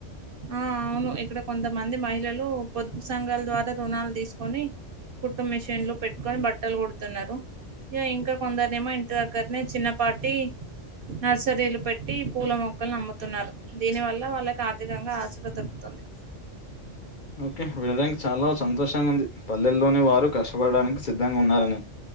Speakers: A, on the right; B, on the left.
A: ఆ అవును ఇక్కడ కొంతమంది మహిళలూ పొదుపు సంఘాల ద్వారా రుణాలు తీసుకొని కుట్టు మిషిన్లు పెట్టుకొని బట్టలు కుడుతున్నారు. ఇగా ఇంకా కొందర్నేమో ఇంటి దగ్గర్నే చిన్నపాటీ నర్సరీలు పెట్టి పూల మొక్కలు అమ్ముతున్నారు దీని వల్ల వాళ్ళకి అధికంగా ఆచర దొరుకుతుంది
B: ఓకే వినడానికి చాలా సంతోషంగా ఉంది పల్లెల్లోనే వారు కష్టపడడానికి సిద్ధంగా ఉన్నారని